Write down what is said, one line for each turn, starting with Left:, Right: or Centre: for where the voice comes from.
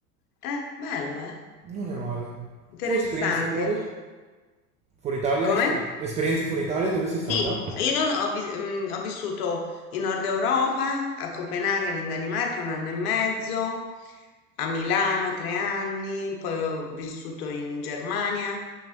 Left: Eh, bello, eh?
Right: Non è male.
Left: Interessante.
Right: Tu hai esperienze fuori? Fuori Italia?
Left: Com'è?
Right: Esper- esperienze fuori Italia? Dove sei stata?
Left: Sì, io ho, vis- mm, ho vissuto in Nord Europa, a Copenaghen, in Danimarca, un anno e mezzo, a Milano tre anni, poi ho vissuto in Germania